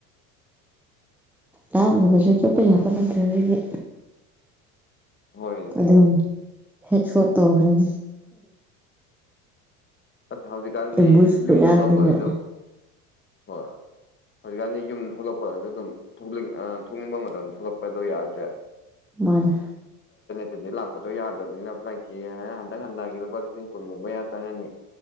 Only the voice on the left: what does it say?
ꯍꯣꯏ
ꯑ ꯍꯧꯖꯤꯛꯀꯥꯟꯗꯤ
ꯌꯨꯝꯗ ꯊꯣꯛꯂꯛꯄꯁꯨ ꯍꯣꯏ ꯍꯧꯖꯤꯛꯀꯥꯟꯗꯤ ꯌꯨꯝ ꯊꯣꯛꯂꯛꯄ ꯑꯗꯨꯝ ꯑ ꯊꯣꯛꯅꯤꯡꯕ ꯃꯇꯝꯗ ꯊꯣꯛꯂꯛꯄꯗꯣ ꯌꯥꯗ꯭ꯔꯦ
ꯑꯗꯨꯗꯤ ꯂꯥꯛꯄꯗꯣ ꯌꯥꯗ꯭ꯔꯕꯅꯤꯅ ꯑꯦꯄ꯭ꯂꯥꯏ ꯀꯑꯦ ꯍꯥꯏ ꯍꯟꯗꯛ ꯍꯟꯗꯛꯒꯤ ꯂꯨꯄꯥ ꯂꯤꯁꯤꯡ ꯀꯨꯟꯒꯨꯝꯕ ꯌꯥ ꯆꯪꯉꯅꯤ